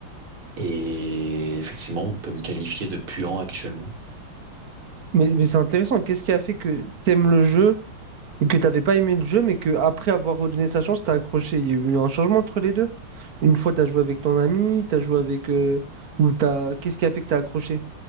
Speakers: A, on the right; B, on the right.
A: Et effectivement, on peut me qualifier de puant actuellement.
B: Mais, mais c'est intéressant, qu'est-ce qui a fait que t'aimes le jeu, et que t'avais pas aimé le jeu, mais que après avoir redonné sa chance, t'as accroché? Il y a eu un changement entre les deux? Une fois, t'as joué avec ton ami, t'as joué avec... euh, ou t'as... Qu'est-ce qui a fait que t'as accroché?